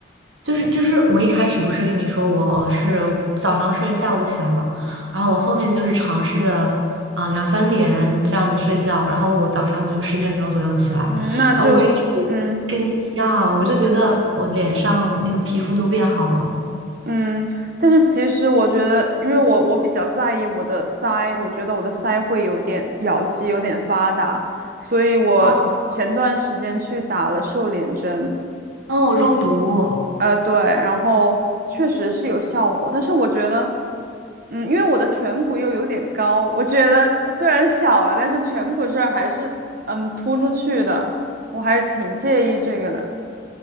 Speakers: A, on the right (about 75°); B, on the right (about 50°).
A: 就是就是我一开始不是跟你说我是早上睡，下午起来嘛，然后我后面就是尝试着啊、两三点这样子睡觉，然后我早上就十点钟左右起来，
B: 嗯，那就，
A: 然后我也跟你一样，
B: 嗯
A: 我就觉得我脸上那个皮肤都变好了。
B: 嗯，但是其实我觉得，因为我我比较在意我的腮，我觉得我的腮会有点咬肌有点发达，所以我前段时间去打了瘦脸针，
A: 哦，哦，肉毒，
B: 呃，对，然后确实是有效果，但是我觉得，嗯，因为我的颧骨又有点高，我觉得虽然小了，但是颧骨这儿还是嗯突出去的，我还挺介意这个的。